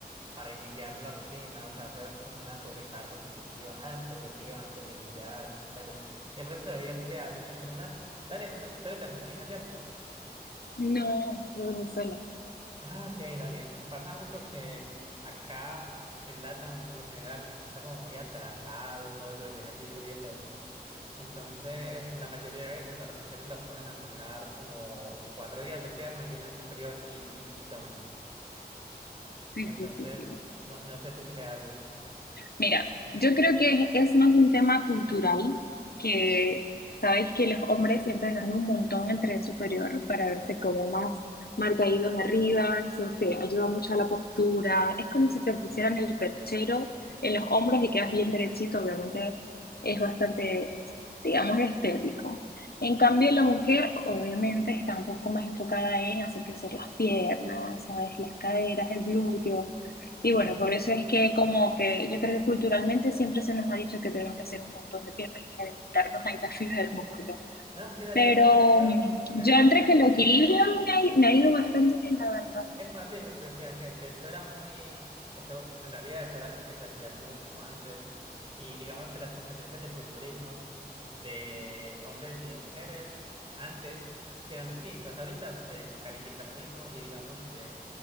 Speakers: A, on the right; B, on the left.
A: para iniciar la rutina, o sea, hacer como una sobrecarga progresiva, ah, progresiva antes de iniciar, dale. Y el resto de días que haces, entrenas, dale, no, tú eres de Argentina, ¿cierto?
B: No, lo de Venezuela.
A: Ah, ok, dale. Pasa mucho que acá en LATAM, por lo general, está como muy atrasado todo lo del ejercicio y eso. Entonces, la mayoría de veces a las mujeres las ponen a entrenar como cuatro días de pierna y uno de superior y, y, y tomen.
B: Sí,
A: Entonces,
B: sí, sí, sí.
A: no, no sé tú qué haces.
B: Mira, yo creo que es, más un tema cultural que sabes que los hombres entrenan un montón el tren superior para verse como más marcaídos arriba, eso te ayuda mucho a la postura, es como si te pusieran el perchero en los hombros y quedas bien derechito, obviamente es bastante, digamos, estético. En cambio, la mujer obviamente está un poco más enfocada en hacer crecer las piernas, sabes, las caderas, el glúteo. Y
A: Ajá.
B: bueno, por eso es que como que yo creo que culturalmente siempre se nos ha dicho que tenemos que hacer un montón de piernas y reventarnos ahí la fibra del músculo.
A: No, sí, dale,
B: Pero
A: o sea, eso
B: mm,
A: era
B: yo
A: algo,
B: entre que lo equilibrio me ha, me ha ido bastante bien, la verdad.
A: es fácil, es que te iba a decir, de hecho era muy, eso, en realidad eso era algo que se hacía mucho antes, y digamos que las competencias de culturismo de hombres y de mujeres antes sí eran distintas, ahorita se califica lo mismo, y digamos que